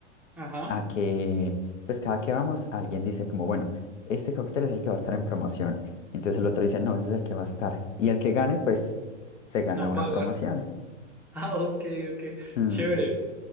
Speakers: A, in the centre; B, on the left (about 75°).
A: Ajá,
B: a que, pues cada que vamos, alguien dice como, bueno, este cóctel es el que va a estar en promoción. Entonces el otro dice, no, ese es el que va a estar. Y el que gane, pues se gana
A: no
B: una
A: paga.
B: promoción.
A: <laughs> Ah, ok, ok,
B: Mm,
A: chévere.